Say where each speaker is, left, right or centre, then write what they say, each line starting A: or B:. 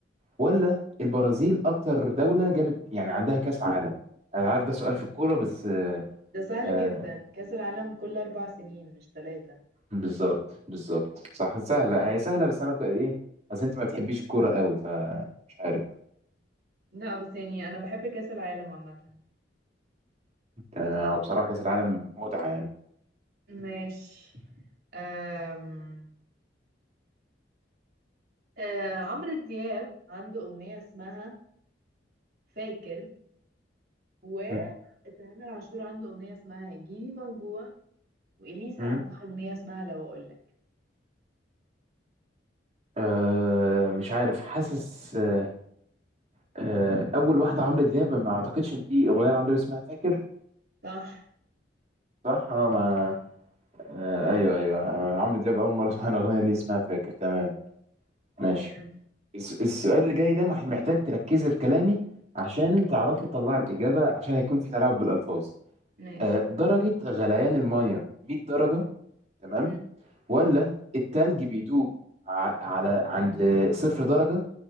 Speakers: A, on the right; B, on the right.
A: ولا البرازيل اكتر دوله جابت يعني عندها كاس عالم انا عارف ده سؤال في الكوره بس آه
B: ده سهل
A: آه
B: جدا كأس العالم كل اربع سنين مش ثلاثة
A: بالظبط بالظبط صح سهله هي سهله بس انا ك- ايه اصل انت ما بتحبيش الكوره قوي فمش عارف
B: لا بس يعني انا بحب كأس العالم عامة
A: آه، وبصراحة كأس العالم متعة يعني
B: ماشي أم... أه عمرو دياب عنده أغنية اسمها فاكر وتامر
A: مم.
B: عاشور عنده أغنية اسمها هيجيلي موجوع وإليسا
A: مم.
B: عندها أغنية اسمها لو أقولك
A: أه مش عارف حاسس أه أه أول واحدة عمرو دياب ما أعتقدش إن في أغنية لعمرو دياب اسمها فاكر
B: صح
A: صح؟ أه ما أه أيوه أيوه آه، عمرو دياب أول مرة أسمع الأغنية اللي اسمها فاكر تمام ماشي
B: م-
A: الس- السؤال اللي جاي ده مح- محتاج تركزي في كلامي عشان تعرفي تطلعي الإجابة عشان هيكون في تلاعب بالألفاظ
B: ماشي
A: أه درجة غليان المية 100 درجة تمام
B: م.
A: ولا التلج بيدوب ع- على عند صفر درجة